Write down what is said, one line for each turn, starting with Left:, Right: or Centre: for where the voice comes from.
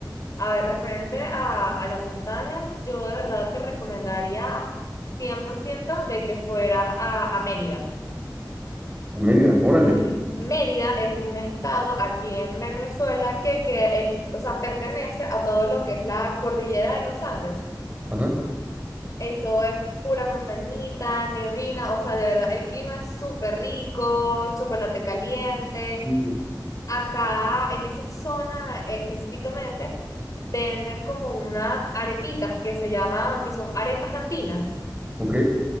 Left: A ver, referente a, a la montaña, yo de verdad te recomendaría 100% de que fueras a, a Mérida.
Right: a Mérida, órale.
Left: M- Mérida es un estado aquí en Venezuela que, que es, o sea, pertenece a todo lo que es la cordillera de los Andes.
Right: Ajá.
Left: Esto es pura montañita, neblina, o sea, de verdad, el clima es súper rico, chocolate caliente.
Right: Mm,
Left: acá en esa zona específicamente venden como unas arepitas que se llaman, que son arepas andinas.
Right: Ok.